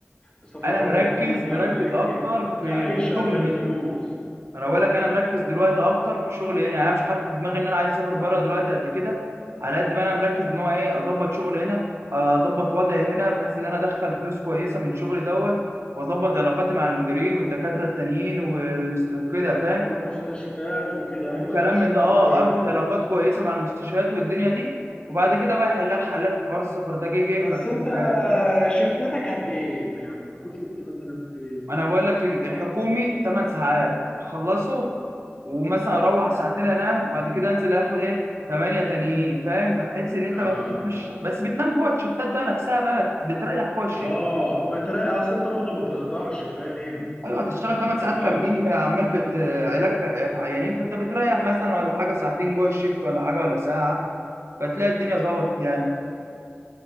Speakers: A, on the left; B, on the right.
A: السفر
B: انا
A: بره
B: مركز
A: مفيد يعني
B: مركز
A: لك
B: اكتر في
A: كعيشة
B: شغل
A: غير
B: هنا
A: فلوس
B: انا بقول لك انا مركز دلوقتي اكتر في شغلي هنا يعني انا مش حاطط في دماغي ان انا عايز اسافر بره دلوقتي قد كده على قد ما انا مركز ان هو ايه اظبط شغلي هنا اظبط وضعي هنا بحيث ان انا ادخل فلوس كويسه من شغلي دوت واظبط علاقاتي مع المديرين والدكاتره التانيين والمست كده فاهم
A: والمستشفيات وكده
B: والكلام
A: ايوه لا الشغل
B: من ده اه
A: كويس
B: اربط
A: اه
B: علاقات كويسه مع المستشفيات والدنيا دي وبعد كده بقى يحلها الحلال في حوار السفر ده جه جه
A: بس
B: ما جاش
A: انت
B: ما جاش
A: شفتاتك قد ايه يعني بتاخد شفت مثلا في المستشفى
B: ما انا بقول لك ال-
A: في اليوم
B: الحكومي 8 ساعات اخلصه ومثلا اروح ساعتين انام وبعد كده انزل اخد ايه 8 تانيين فاهم فتحس ان انت
A: آه.
B: ما بتنامش بس بتنام جوه الشفتات بقى نفسها بقى بتريح جوه الشفت
A: اه بتراقي اصل انت برضو ما تقدرش فاهم
B: ايوه هتشتغل 8
A: ما تقدرش
B: ساعات كاملين عمال بت علاج في في عيانين فانت بتريح مثلا ولا حاجه ساعتين جوه الشفت ولا حاجه ولا ساعه فتلاقي الدنيا ظبطت يعني